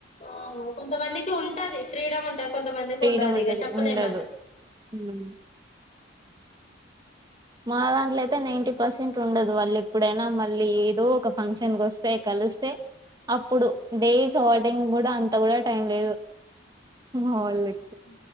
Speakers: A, on the left; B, on the right.
A: ఆహు కొంతమందికి ఉంటది ఫ్రీడమ్ ఉంటది కొంతమందికి
B: ఫ్రీడమ్
A: ఉండదు
B: ఉంటది
A: ఇగ చెప్పలేమది
B: ఉండదు ఉమ్ మా దాంట్ల అయితే నైంటీ పర్సెంట్ ఉండదు వాళ్ళు ఎప్పుడైనా మళ్ళీ ఎదో ఒక ఫంక్షన్కు వస్తె కలుస్తే అప్పుడు డేస్ ఔట్టింగ్ కూడా అంత కూడా టైం లేదు మా వాళ్ళకి
A: ఆ